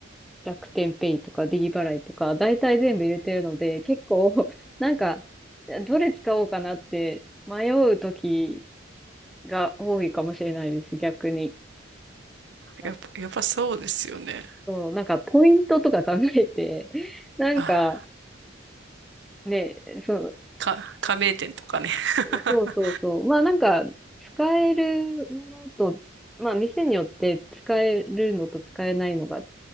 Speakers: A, in the centre; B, on the right (about 60°).
A: 楽天ペイとか D 払いとか大体全部入れてるので、結構 <laughs> なんかどれ使おうかなって迷う時が多いかもしれないです、逆に。なんか、
B: やっぱ、やっぱそうですよね。
A: そう、なんかポイントとか考えて、なんか、
B: あ
A: ね、そう
B: ー、か、加盟店とかね。<laughs>
A: そうそうそう。まあなんか、使えるものと、まあ店によって使えるのと使えないのが